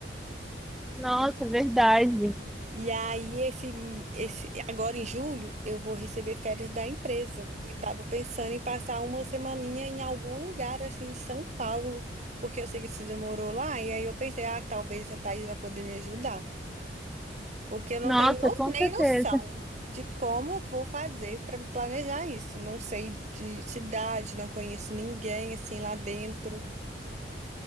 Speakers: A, in the centre; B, on the right.
A: Nossa, verdade.
B: E aí, esse, esse, agora em julho, eu vou receber férias da empresa. E tava pensando em passar uma semaninha em algum lugar, assim, de São Paulo. Porque eu sei que você já morou lá. E aí eu pensei, ah, talvez a Thaís vai poder me ajudar. Porque eu não
A: Nossa,
B: tenho no-
A: com
B: nem
A: certeza.
B: noção de como eu vou fazer para planejar isso. Não sei de cidade, não conheço ninguém assim lá dentro.